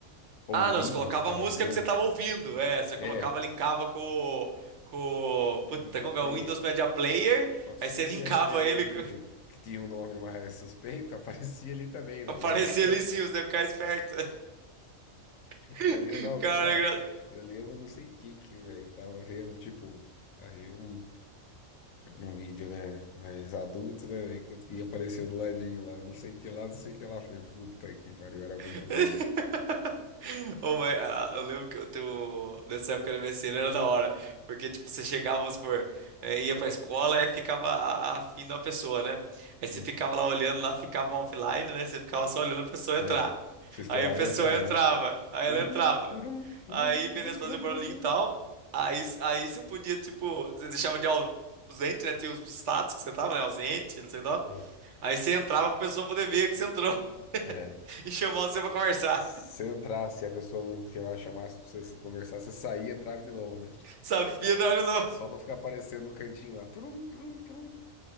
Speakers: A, on the left; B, on the right.
A: ou
B: ah,
A: vídeo
B: não, você colocava
A: que você tava
B: a música
A: vendo.
B: que você tava ouvindo. É, você colocava,
A: É,
B: linkava com. Com. Puta,
A: com media
B: como
A: player.
B: que é? O Windows Media Player.
A: Só que
B: Aí
A: se
B: você
A: você estivesse
B: <laughs> linkava
A: vendo
B: ele.
A: um vídeo
B: com- <laughs>
A: que tinha um nome mais suspeito, <laughs> aparecia ali também, velho.
B: Aparecia
A: Eu lembro que
B: ali
A: eu,
B: em cima, você ia ficar esperto. <laughs>
A: eu lembro, algo,
B: Cara,
A: cara,
B: é engra...
A: eu lembro não sei quem que, velho, tava vendo, tipo, aí um, um vídeo, né, mais adulto, né, velho, que- e apareceu do ladinho lá, não sei que lá, não sei que lá. Falei, puta que pariu, era muito
B: <laughs>
A: bom, velho.
B: Ô, mas, ah, eu lembro que eu tenho, nessa época da MSN era da hora, porque tipo, você chegava, vamos supor, eh, ia pra escola e ficava a- afim da pessoa, né? Aí você
A: Hum.
B: ficava lá olhando, lá ficava offline, né? Você ficava só olhando a pessoa entrar.
A: É, se esperava
B: Aí a pessoa
A: entrar,
B: entrava,
A: né?
B: aí
A: Turum,
B: ela entrava.
A: turum, turum,
B: Aí, beleza,
A: turum,
B: fazia
A: turum,
B: um barulhinho
A: turum, turum.
B: e tal. Aí, aí você podia, tipo, você deixava de ausente, né? Tinha os status que você tava, né? Ausente, não sei lá.
A: É.
B: Aí você entrava pra pessoa poder ver que você entrou <laughs>
A: É.
B: e chamar você pra conversar.
A: Se entrasse, a pessoa não te chamasse pra você conversar, você saía e entrava de novo, né?
B: Sabia, Drago, não.
A: Só pra ficar aparecendo no cantinho lá. Trum, trum, trum.